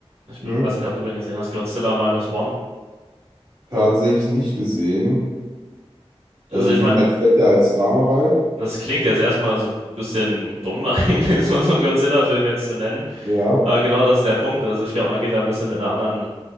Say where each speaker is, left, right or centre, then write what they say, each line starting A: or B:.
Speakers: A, on the right; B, on the right.
A: ich be-
B: Hm?
A: weiß nicht, ob du den gesehen hast, Godzilla Minus One.
B: Tatsächlich nicht gesehen.
A: Also
B: Inwieweit
A: ich meine,
B: fällt er als Drama rein?
A: das klingt jetzt erstmal so ein bisschen dumm <laughs> eigentlich, so, so einen Godzilla-Film jetzt zu nennen.
B: Ja,
A: Aber genau das ist der Punkt. Also ich glaube, man geht da ein bisschen mit einer anderen